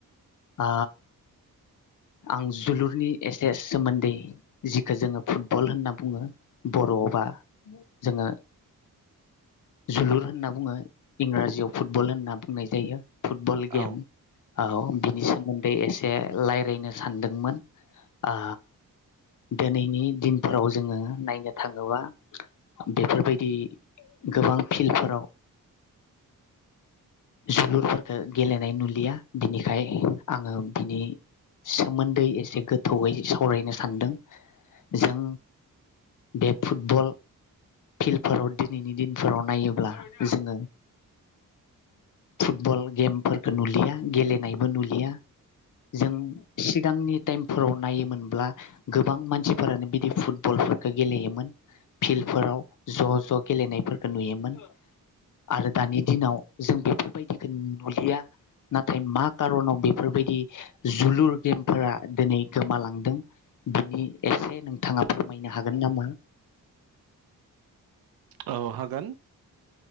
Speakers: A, on the left; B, on the right.
A: ओ आं जोलुरनि एसे सोमोन्दै जिखो जोङो फुटबल होनना बुङो बर'आवबा जोङो जोलुर होनना बुङो इंराजियाव फुटबल होनना बुंनाय जायो। फुटबल गेम
B: औ
A: औ बिनि सोमोन्दै एसे से लायरायनो सानदोंमोन ओ दिनैनि दिनफोराव जोङो नायनो थाङोबा बेफोरबायदि गोबां फिल्डफोराव जोलुरफोरखो गेलेनाय नुलिया बिनिखाय आङो बिनि सोमोन्दै एसे गोथौयै सावरायनो सानदों जों बे फुटबल फिल्डफोराव दिनैनि दिन फोराव नायोब्ला जोङो फुटबल गेमफोरखौ नुलिया गेलेनायबो नुलिया। जों सिगांनि टाइम फोराव नायोमोनब्ला गोबां मानसिफोरानो बिदि फुटबलफोरखौ गेलेयोमोन फिल्डफोराव ज' ज' गेलेनायफोरखौ नुयोमोन आरो दानि दिनाव जों बेफोरबायदिखौ नुलिया नाथाय मा खारनाव बेफोरबायदि जोलुर गेमफोरा दिनै गोमालांदों बिनि एसे नोंथाङा फोरमायनो हागोन नामा?
B: औ हागोन